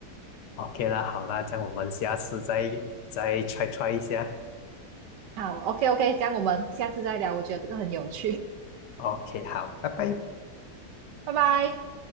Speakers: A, on the left; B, on the right.
A: OK 啦，好啦，这样我们下次再再 try try 一下。
B: 好，OK OK，这样我们下次再聊，我觉得这个很有趣，
A: OK，好，拜拜。
B: 拜拜。